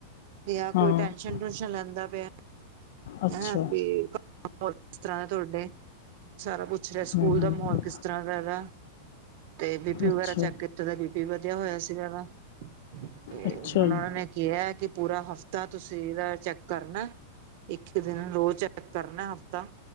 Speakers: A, on the right (about 55°); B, on the left (about 60°).
A: ਏ। ਯਾ
B: ਹਾਂ
A: ਕੋਈ ਟੈਂਸ਼ਨ ਟੁੰਸ਼ਨ ਲੈਂਦਾ ਪੇਆ।
B: ਅੱਛਾ
A: ਹੈਂ ਬੀ <unintelligible> ਹੋਰ ਕਿਸ ਤਰ੍ਹਾਂ ਦੇ ਤੁਹਾਡੇ? ਸਾਰਾ ਪੁੱਛ ਰਏ
B: ਹਮ
A: ਸਕੂਲ
B: ਹਮ
A: ਦਾ ਮਹੌਲ ਕਿਸ ਤਰਾਂ ਦਾ ਏਹਦਾ? ਤੇ ਬੀਪੀ ਵਗੈਰਾ
B: ਅੱਛਾ
A: ਚੈੱਕ ਕੀਤਾ ਦਾ ਬੀ ਪੀ ਵਧੀਆ ਹੋਏਆ ਸੀਗਾ ਏਹਦਾ। ਤੇ
B: ਅੱਛਾ
A: ਹੁਣ
B: ਜੀ
A: ਉਹਨਾਂ ਨੇ ਕੇਆ ਕਿ ਪੂਰਾ ਹਫ਼ਤਾ ਤੁਸੀਂ ਏਹਦਾ ਚੈੱਕ ਕਰਨਾ ਏ। ਇੱਕੀ ਦਿਨ ਰੋਜ਼ ਚੈੱਕ ਕਰਨਾ ਏ ਹਫ਼ਤਾ,